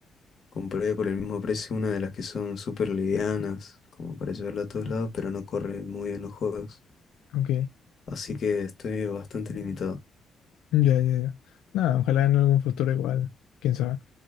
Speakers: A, on the left; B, on the left.
A: compré por el mismo precio una de las que son súper livianas, como para llevarla a todos lados, pero no corre muy bien los juegos.
B: Ok.
A: Así que estoy bastante limitado.
B: Ya, ya, ya. Nada, ojalá en algún futuro igual. Quién sabe.